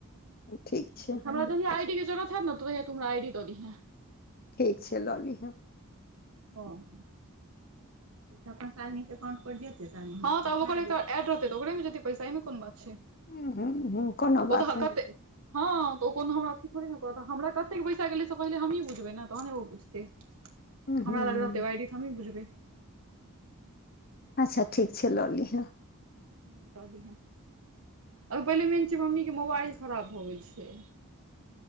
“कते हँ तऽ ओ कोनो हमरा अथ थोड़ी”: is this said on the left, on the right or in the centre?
Right